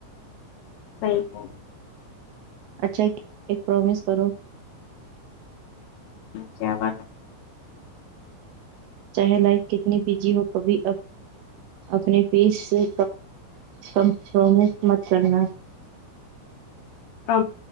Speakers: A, on the left; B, on the right.
A: صحی کہ
B: اچھا ایک ایک پرومس کرو
A: کیا بٹ کر
B: چاہے لائف کتنی بزی ہو کبھی اپنے پیس سے کمپومس مت کرنا
A: پر